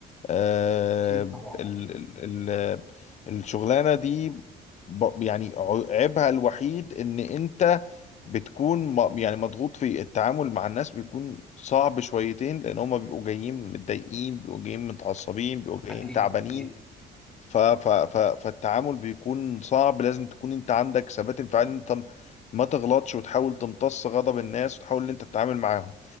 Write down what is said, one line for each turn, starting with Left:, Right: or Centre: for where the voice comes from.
Left: آه،
Centre: اكيد طبعا
Left: ال- ال- ال- الشغلانة دي ب- يعني عيبها الوحيد ان انت بتكون م- يعني مضغوط في التعامل مع الناس بيكون صعب شويتين لان هما بيبقوا جايين متضايقين بيبقوا جايين متعصبين بيبقوا جايين
Centre: اكيد
Left: تعبانين
Centre: اكيد
Left: ف ف ف فالتعامل بيكون صعب لازم تكون انت عندك ثبات انفعالي إن انت م- ما تغلطش وتحاول تمتص غضب الناس وتحاول ان انت تتعامل معاهم